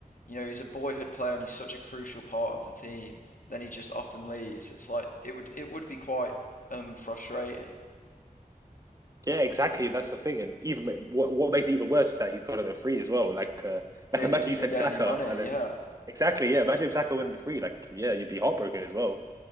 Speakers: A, on the left (about 65°); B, on the right (about 25°).
A: you know he's a boyhood player and he's such a crucial part of the team. Then he just up and leaves. It's like it would it would be quite um frustrating.
B: Yeah, exactly, and that's the thing. And even what what makes it even worse is that he's got it on the free as well. Like, uh,
A: Yeah,
B: like
A: he
B: imagine
A: didn't even
B: you said
A: get
B: Saka,
A: any money.
B: and
A: Yeah,
B: then exactly, yeah. Imagine if Saka won the free, like, yeah, you'd be heartbroken as well.